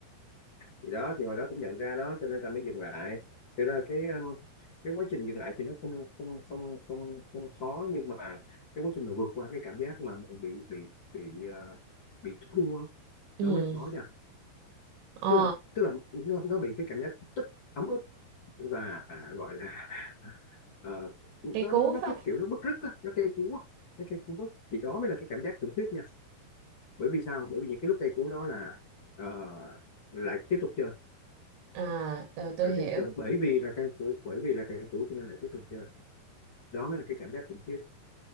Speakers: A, on the left (about 45°); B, on the right (about 80°).
A: Thì đó thì hồi đó cũng nhận ra đó cho nên là mới dừng lại. Thực ra cái um, cái quá trình dừng lại thì nó không không không không không khó nhưng mà cái quá trình mà vượt qua cái cảm giác mà mình bị bị bị ờ, bị thua
B: ừ
A: nó mới khó nha.
B: ờ,
A: Tức là tức là nó nó bị cái cảm giác tức ấm ức và gọi là ờ, nó
B: cây cú
A: nó nó
B: phải
A: cái
B: không
A: kiểu nó bứt rứt á nó cây cú á nó cây cú bứt thì đó mới là cái cảm giác khủng khiếp nha bởi vì sao bởi vì những cái lúc cây cú đó là ờ, lại tiếp tục chơi
B: à rồi tôi
A: lại
B: hiểu
A: tiếp tục chơi bởi vì là cây cú bởi vì là cây cú cho nên lại tiếp tục chơi đó mới là cái cảm giác khủng khiếp